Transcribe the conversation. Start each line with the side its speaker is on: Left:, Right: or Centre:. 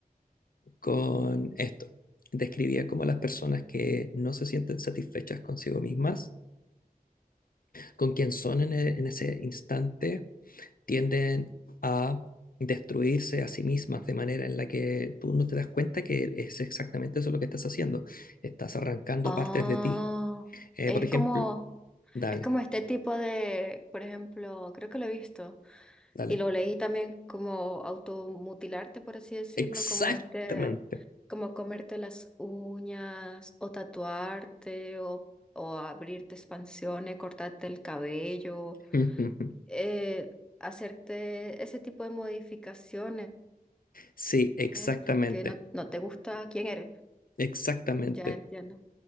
Left: con esto. Describía como a las personas que no se sienten satisfechas consigo mismas con quien son en, e- en ese instante, tienden a destruirse a sí mismas de manera en la que tú no te das cuenta que es exactamente eso lo que estás haciendo. Estás arrancando
Centre: Ah,
Left: partes de ti. Eh,
Centre: es
Left: por ejemplo,
Centre: como,
Left: dale,
Centre: es como este tipo de, por ejemplo, creo que lo he visto
Left: dale.
Centre: y lo leí también como automutilarte, por así decirlo,
Left: Exactamente.
Centre: como este, como comerte las uñas o tatuarte o, o abrirte expansiones, cortarte el cabello,
Left: <laughs>
Centre: eh, hacerte ese tipo de modificaciones
Left: Sí, exactamente,
Centre: Es porque no, no te gusta quién eres.
Left: exactamente.
Centre: Ya entiendo.